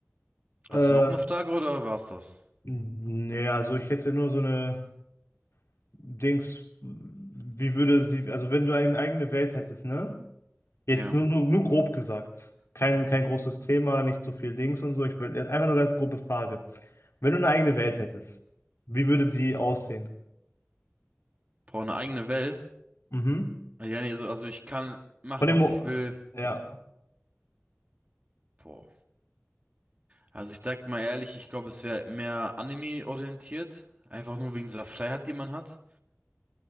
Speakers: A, on the left; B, on the right.
A: Äh,
B: Hast du noch eine Frage oder war's das?
A: nee, also ich hätte nur so eine Dings, wie würde sie, also wenn du eine eigene Welt hättest, ne? Jetzt
B: Ja.
A: nur, nur, nur grob gesagt. Kein, kein großes Thema, nicht so viel Dings und so. Ich will jetzt einfach nur ganz grobe Frage. Wenn du eine eigene Welt hättest, wie würde sie aussehen?
B: Boah, eine eigene Welt?
A: Mhm.
B: Ja, nee, also, also ich kann machen,
A: Von dem
B: was
A: Mo
B: ich will.
A: ja,
B: Boah. Also ich sag mal ehrlich, ich glaube, es wäre mehr Anime-orientiert. Einfach nur wegen dieser Freiheit, die man hat.